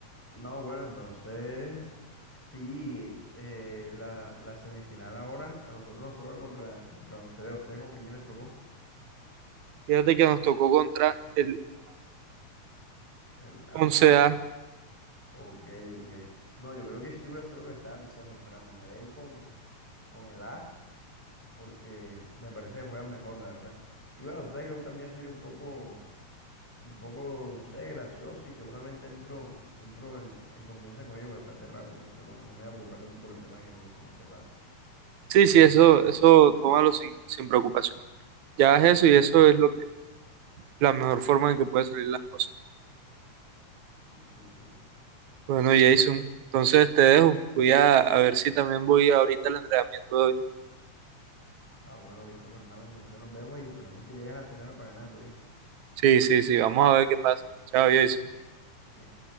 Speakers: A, in the centre; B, on the right (about 75°).
A: No, bueno, entonces, sí, eh, la, la semifinal ahora a nosotros nos toca contra, contra 11B. ¿Ustedes contra quién les tocó?
B: fíjate que nos tocó contra el
A: El A11.
B: A11A.
A: Ok, ok. No, yo creo que sí voy a hacer lo que estabas diciendo, Fernando. Me voy a ir con, con el A porque me parece que juegan mejor, la verdad. Y bueno, tú sabes que yo también soy un poco, un poco, no sé, gracioso y seguramente entro, entro en, en confianza con ellos bastante rápido. Entonces no, no me voy a preocupar tanto por el tema de que no los conozca tanto.
B: Sí, sí, eso, eso tómalo sin, sin preocupación. Ya es eso y eso es lo la mejor forma en que puede salir las cosas.
A: Sí, sí, sí.
B: Bueno, Jason, entonces te dejo. Voy a, a ver si también voy ahorita al entrenamiento de hoy.
A: Ah, bueno, listo, Fernando. Entonces nos vemos y esperemos que llegues a la final para ganar, ¿oíste?
B: Sí, sí, sí, vamos a ver qué pasa. Chao, Jason.
A: Bien.